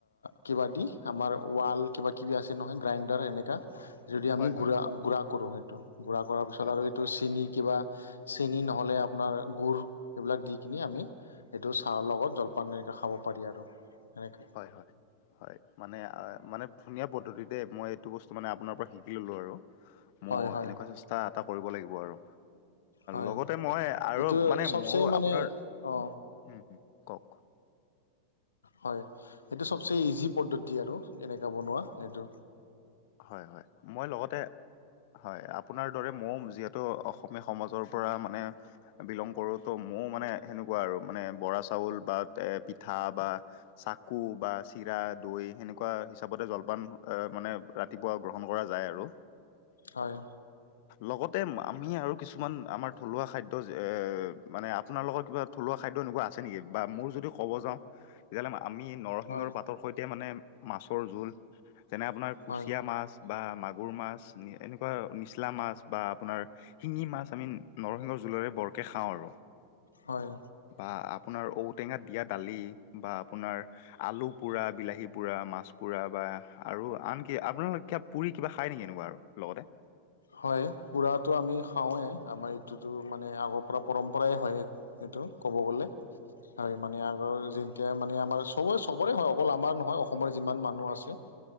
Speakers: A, on the left (about 70°); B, on the left (about 50°).
A: কিবা দি আমাৰ ৱাল কিবা কিবি আছে নহয় গ্ৰাইণ্ডাৰ এনেকা যদি আমি
B: হয় হয়
A: গুড়া গুড়া কৰো এইটো গুড়া কৰাৰ পিছত
B: হয়
A: আৰু
B: হয়
A: এইটো চেনি কিবা চেনি নহলে আপোনাৰ গুড় এইবিলাক দিকিনি আমি এইটো চাহৰ লগত জলপান খাব পাৰি আৰু। এনেকে
B: হয়', হয়', হয়', মানে -মানে ধুনীয়া পদ্ধতি দে মই এইটো বস্তু মানে আপোনাৰ পৰা শিকি ললো আৰু মোৰ
A: হয় হয়
B: এনেকুৱা চেষ্টা এটা কৰিব লাগিব আৰু।
A: হয়
B: লগতে মই আৰু
A: এইটো
B: মানে
A: চবচে
B: মই
A: মানে
B: আপোনাৰ
A: অ
B: হম', হম', কক <inaudible>
A: হয়, এইটো চবচে ইজি পদ্ধতি আৰু এনেকে বনোৱা এইটো।
B: হয়', হয়', মই লগতে হয় আপোনাৰ দৰে মৌম যিহেতু অসমীয়া সমাজৰ পৰা মানে বিলং কৰো ত' মৌ মানে সেনেকুৱা আৰু মানে বৰা চাউল বা পিঠা বা চাকু বা চিৰা দৈ এ সেনেকুৱা হিচাপতে জলপান মানে ৰাতিপুৱা গ্ৰহণ কৰা যায় আৰু।
A: হয়।
B: লগতে আমি আৰু কিছুমান আমাৰ থলুৱা খাদ্য মানে আপোনালোকৰ কিবা থলুৱা খাদ্য তেনেকুৱা আছে নেকি বা মোৰ যদি ক'ব যাও তেতিয়াহলে আমি নৰসিংহৰ
A: হয়
B: পাতৰ সৈতে মানে মাছৰ জোল যেনে আপোনাৰ কুচিয়া
A: হয়
B: মাছ বা মাগুৰ মাছ এনেকুৱা নিচলা মাছ বা আপোনাৰ শিঙি মাছ আমি নৰসিংহ জুলেৰে বৰকে খাওঁ আৰু
A: হয়
B: বা আপোনাৰ ঔটেঙা দিয়াত দালি বা আপোনাৰ আলু পোৰা, বিলাহী পোৰা মাছ পোৰা, বা আন কি আপোনালোকে <unintelligible> পুৰি কিবা খায় নেকি এনেকুৱা লগতে?
A: হয়, পুৰাটো আমি খাওঁৱে আমাৰ এইটোতো মানে আগৰ পৰা পৰম্পৰাই হয়। সেইটো ক'ব গ'লে হয় আৰু মানে আগৰ এতিয়া মানে আমাৰ চবৰে -চবৰে হয় অকল আমাৰ নহয় অসমৰে যিমান মানুহ আছে